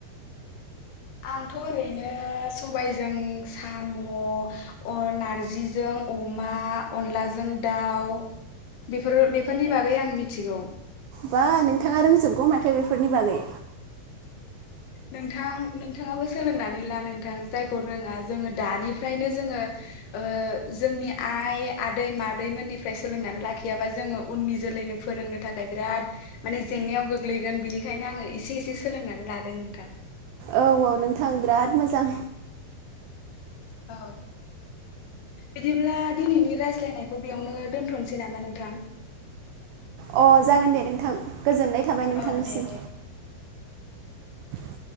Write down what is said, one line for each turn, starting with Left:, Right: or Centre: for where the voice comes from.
Left: आंथ' ओरैनो सबायजों साम' अ नारजिजों अमा अनलाजों दाउ बेफोर बेफोरनि बागै आं मिथिगौ
Right: बा नोंथाङा रोंजोबगौ माथो बेफोरनि बागै
Left: नोंथां नोंथाङाबो सोलोंनानै ला नोंथां जायखौ रोङा जोङो दानिफ्रायनो जोङो ओ जोंनि आइ आदै मादैमोननिफ्राय सोलोंनानै लाखियाबा जोङो उननि जोलैनो फोरोंनो थाखाय बिराद माने जेंनायाव गोग्लैगोन बिनिखायनो आङो एसे एसे सोलोंनानै लादों थां
Right: औ औ नोंथां बिराद मोजां
Left: औ बिदिब्ला दिनैनि रायज्लायनायखौ बेयावनो दोनथ'नोसै नामा नोंथां
Right: अ जागोन दे नोंथां गोजोननाय थाबाय नोंथांनिसिम
Left: औ दे दे
Right: <inaudible>